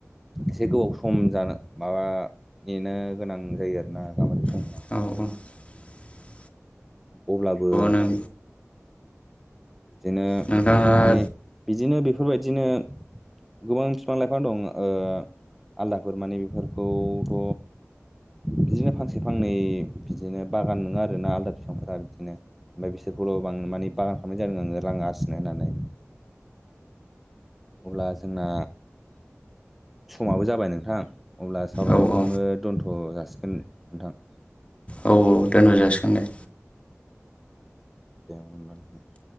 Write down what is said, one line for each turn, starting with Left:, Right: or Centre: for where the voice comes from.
Centre: से गोबाव स सम जानो माबा नेनो गोनां जायो आरोना गामबारि बिफां
Left: <inaudible>
Centre: अब्लाबो
Left: नों
Centre: बिदिनो
Left: नोंथाङा
Centre: माने
Left: औ
Centre: बिदिनो बेफोरबायदिनो गोबां फिफां लाइफां दं ओ‌ आलदाफोर माने बेफोरखौ थ' बिदिनो फांसे फांनै बिदिनो बागान नोङा आरोना आलदा बिफांफोरा बिदिनो मफ्राय बिसोरखौल' बां माने बागान खालामनाय जा रां आरसिनो होननानै। अब्ला जोंना समाबो जाबाय नोंथां। अब्ला सावरायनायखौ
Left: औ औ
Centre: बावनो दोनथ' जासिगोन नोंथां?
Left: औ औ दोन' जासिगोन दे।
Centre: दोंमोन माने हे